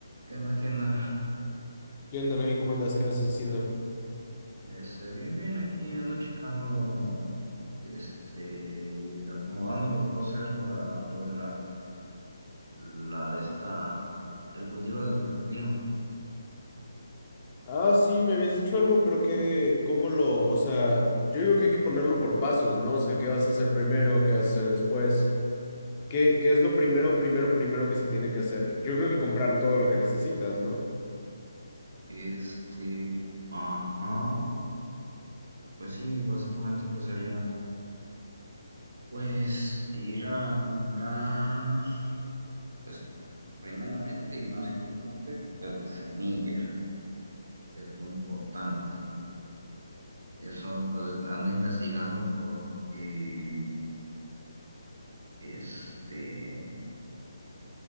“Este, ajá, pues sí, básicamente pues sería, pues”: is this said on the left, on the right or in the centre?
Right